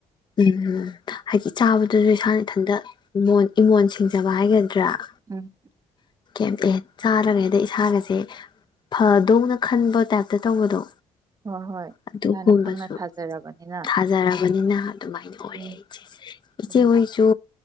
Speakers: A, on the left; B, on the right.
A: ꯎꯝ ꯍꯥꯏꯗꯤ ꯆꯥꯕꯗꯁꯨ ꯏꯁꯥꯅ ꯏꯊꯟꯇꯣꯟ ꯏꯃꯣꯟ ꯁꯤꯡꯖꯕ ꯍꯥꯏꯒꯅꯤ ꯆꯗꯔꯥ
B: ꯎꯝ
A: ꯀꯩꯝꯇ ꯆꯥꯔꯒꯦ ꯍꯗ ꯏꯁꯥꯒꯁꯦ ꯐꯗꯧꯅ ꯈꯟꯕ ꯇꯥꯏꯞꯇ ꯇꯧꯕꯗꯣ
B: ꯍꯣꯏ ꯍꯣꯏ
A: ꯑꯗꯨꯒꯨꯝꯕꯁꯨ
B: ꯏꯁꯥꯅ ꯈꯪꯅ ꯊꯥꯖꯔꯕꯅꯤꯅ
A: ꯊꯥꯖꯔꯕꯅꯤꯅ ꯑꯗꯨꯃꯥꯏꯅ ꯑꯣꯏꯔꯦ
B: ꯎꯝ
A: ꯑꯩꯆꯦ ꯏꯆꯦꯍꯣꯏꯁꯨ
B: ꯎꯝ